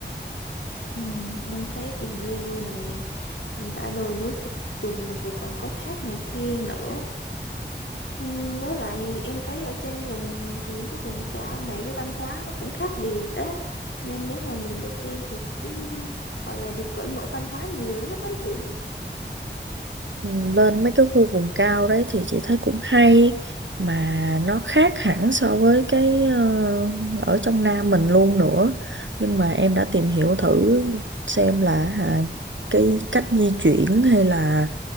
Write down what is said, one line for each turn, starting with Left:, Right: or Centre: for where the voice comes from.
Left: Ừ, em thấy Bình Liêu nè, đã đồi núi chập trùng rồi còn có thác này kia nữa Ừm, Với lại em thấy ở trên vùng những cái vùng cao này cái văn hóa nó cũng khác biệt á nên nếu mà mình được đi thì cái, gọi là được cởi mở văn hóa nhiều lắm đó chị
Right: Ừ, lên mấy cái khu vùng cao đấy thì chị thấy cũng hay mà nó khác hẳn so với cái ờ, ở trong Nam mình luôn nữa nhưng mà em đã tìm hiểu thử xem là à, cái cách di chuyển hay là